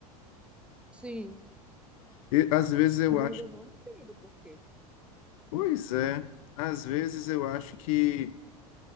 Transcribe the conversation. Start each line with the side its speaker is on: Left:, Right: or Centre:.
Centre: Sim,
Left: E às vezes eu
Centre: mas
Left: acho,
Centre: eu não entendo por quê.
Left: pois é, às vezes eu acho que